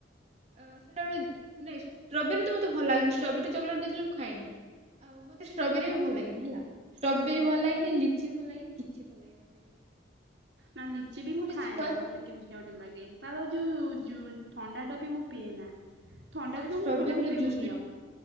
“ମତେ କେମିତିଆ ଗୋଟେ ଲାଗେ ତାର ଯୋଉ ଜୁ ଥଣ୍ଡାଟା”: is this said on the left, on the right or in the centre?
Right